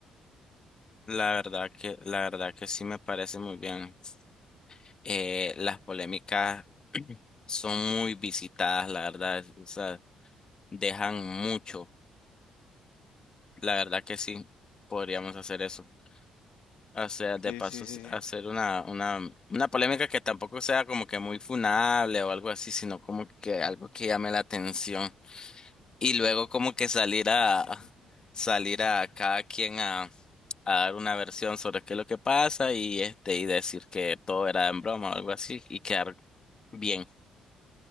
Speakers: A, on the left (about 35°); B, on the left (about 85°).
A: La verdad que, la verdad que sí me parece muy bien. Eh, las polémicas son muy visitadas, la verdad, o sea, dejan mucho. La verdad que sí, podríamos hacer eso. O sea, de
B: Sí,
A: paso,
B: sí,
A: s-
B: sí, sí.
A: hacer una, una, una polémica que tampoco sea como que muy funable o algo así, sino como que algo que llame la atención. Y luego como que salir a,
B: Entiendo.
A: salir a cada quien a, a dar una versión sobre qué es lo que pasa y este, y decir que todo era en broma o algo así y quedar bien.